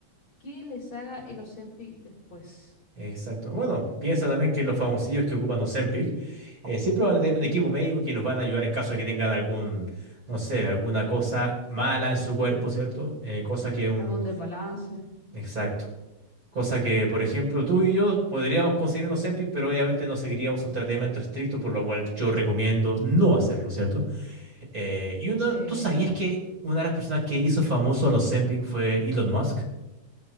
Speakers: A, on the left (about 40°); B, on the right (about 25°).
A: que les haga el Ozempic después.
B: Exacto. Bueno, piensa también que los famosillos que ocupan Ozempic eh, siempre van a tener
A: Ujú.
B: un equipo médico que los van a ayudar en caso de que tengan algún, no sé, alguna cosa mala en su cuerpo, ¿cierto? Eh, cosa que un...
A: Algún desbalance.
B: Exacto. Cosa que, por ejemplo, tú y yo podríamos conseguir un Ozempic, pero obviamente no seguiríamos un tratamiento estricto, por lo cual yo recomiendo no hacerlo, ¿cierto? Eh, y uno,
A: Sí.
B: ¿tú sabías que una de las personas que hizo famoso a los Ozempic fue Elon Musk?